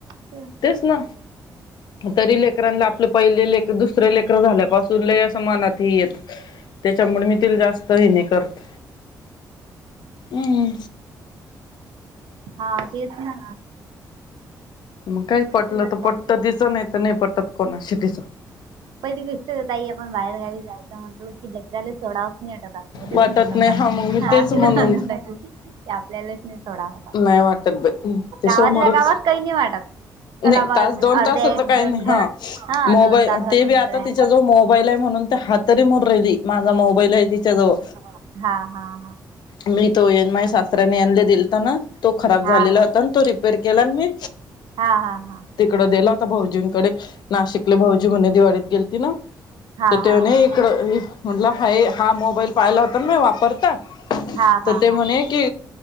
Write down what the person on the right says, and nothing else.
<unintelligible>
हा तेच ना,
तेच
म्हणणं
आहे.
पहिली गोष्ट ताई आपण बाहेर गावी जायचं म्हटल की लेकराल सोडावच नाही वाटत आपल्यालाच
नाही सोडत
ते
आपल्यालाच नाही. सोडाव
गावातल्या
गावात काही नाही वाटत चला
वाद
अर्ध्या
एक
दोन
ग हा
दोन तासात.
येऊन
राहिले
हा हा हा हा.
हा
हा
हा हा हा.
हा
हा हा
हा हा